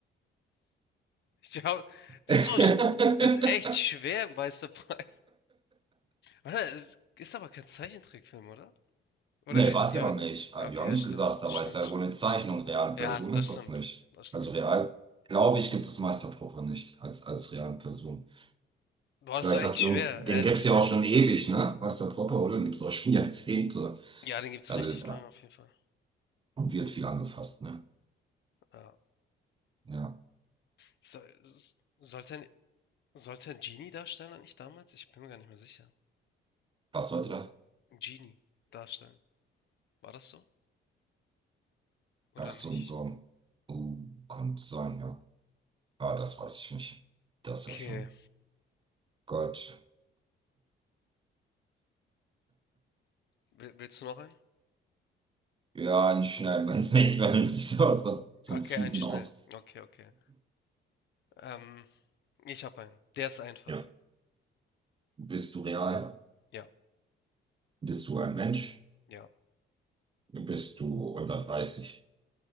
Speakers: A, on the left; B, on the right.
A: Ich glaube, das
B: <laughs>
A: ist so, sch- das ist echt schwer, Meister Prime. Oder? Es ist aber kein Zeichentrickfilm, oder? Oder
B: Nee,
A: ist,
B: war es
A: ja,
B: ja auch nicht. Habe
A: ja, okay,
B: ich auch nicht
A: ja, stimmt,
B: gesagt, aber
A: stimmt,
B: ist ja
A: stimmt.
B: wohl eine Zeichnung. Reale Person
A: Ja, das
B: ist
A: stimmt,
B: das nicht.
A: das stimmt.
B: Also real, glaube ich, gibt es Meister nicht als, als reale Person.
A: Boah,
B: Vielleicht
A: das war echt
B: hat
A: schwer,
B: irgend, den
A: ehrlich.
B: gibt es ja auch schon ewig, ne? Meister oder? Den gibt es auch schon <laughs> Jahrzehnte.
A: Ja, den gibt's
B: Also,
A: richtig
B: ja,
A: lange auf jeden Fall.
B: und wird viel angefasst, ne?
A: Ja.
B: Ja.
A: So, s- sollte ein, sollte ein Genie-Darsteller nicht damals? Ich bin mir gar nicht mehr sicher.
B: Was sollte das?
A: Ein Genie darstellen. War das so? Oder
B: Ach,
A: nicht?
B: so ein Song. Uh, könnte sein, ja. Ah, das weiß ich nicht. Das
A: Okay.
B: ja schon. Gott.
A: Will- Willst du noch einen?
B: Ja, nicht schnell, <laughs> wenn es nicht, wenn nicht so, so, so
A: Okay,
B: einen fiesen
A: einen schnellen.
B: Ausschuss.
A: Okay,
B: <clears throat>
A: okay. Ähm, Ich habe einen. Der ist einfach.
B: Ja. Bist du real?
A: Ja,
B: Bist du ein Mensch?
A: ja.
B: Bist du unter 30,